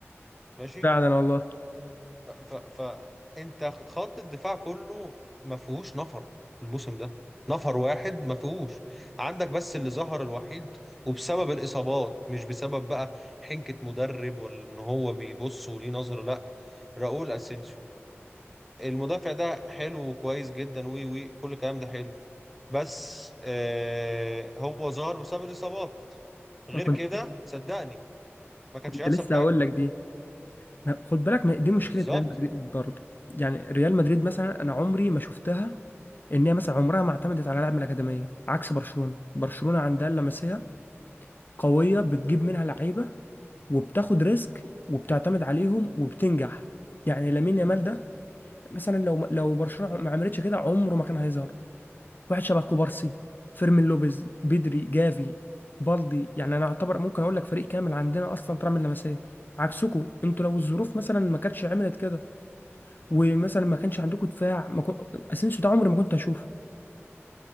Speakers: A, in the centre; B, on the left.
A: ماشي
B: فعلا والله
A: ف... ف... ف... انت خط الدفاع كله ما فيهوش نفر الموسم ده نفر واحد ما فيهوش عندك بس اللي ظهر الوحيد وبسبب الإصابات مش بسبب بقى حنكة مدرب ولا ان هو بيبص وليه نظرة لا راؤول اسينسيو المدافع ده حلو وكويس جدا وي وي كل الكلام ده حلو بس آه هو ظهر بسبب الإصابات غير
B: ما كنت
A: كده صدقني ما كانش
B: كنت
A: هيحصل
B: لسه
A: حاجة
B: هقول لك دي لا، خد بالك ما دي مشكلة
A: بالظبط
B: ريال مدريد برضه يعني ريال مدريد مثلا انا عمري ما شفتها ان هي مثلا عمرها ما اعتمدت على لاعب من الاكاديميه عكس برشلونه برشلونه عندها اللمسيه قوية بتجيب منها لعيبة وبتاخد ريسك وبتعتمد عليهم وبتنجح يعني لامين يامال ده مثلا لو لو برشلونة ما عملتش كده عمره ما كان هيظهر واحد شبه كوبارسي فيرمين لوبيز بدري جافي بالدي يعني انا اعتبر ممكن اقول لك فريق كامل عندنا اصلا طالع من اللمسيه عكسكم انتوا لو الظروف مثلا ما كانتش عملت كده ومثلا ما كانش عندكم دفاع ما كن... اسينسيو ده عمري ما كنت اشوفه